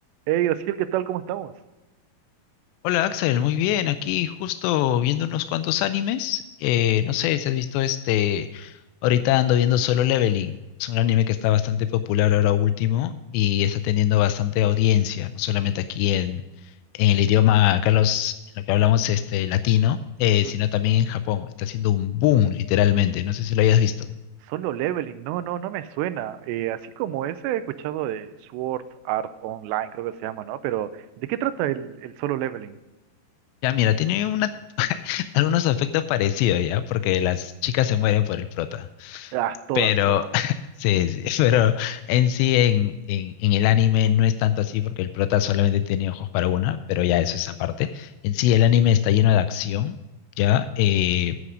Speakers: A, on the right; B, on the left.
A: Hey, Graciel, ¿qué tal? ¿Cómo estamos?
B: Hola Axel, muy bien, aquí justo viendo unos cuantos animes. Eh, no sé si has visto este, ahorita ando viendo Solo Leveling. Es un anime que está bastante popular ahora último y está teniendo bastante audiencia, no solamente aquí en, en el idioma, Carlos, en lo que hablamos este, latino, eh,
A: Mm,
B: sino también en Japón. Está haciendo un boom, literalmente. No sé si lo hayas visto.
A: Solo leveling, no, no, no me suena. Eh, así como ese he escuchado de Sword Art Online, creo que se llama, ¿no? Pero, ¿de qué trata el, el solo leveling?
B: Ya, mira, tiene una, <laughs> algunos aspectos parecidos ya, porque las chicas se mueren por el prota.
A: Ah, todas,
B: Pero,
A: todas.
B: <laughs> sí, sí, pero en sí, en, en, en el anime no es tanto así porque el prota solamente tiene ojos para una, pero ya eso es aparte. En sí, el anime está lleno de acción, ¿ya? Eh,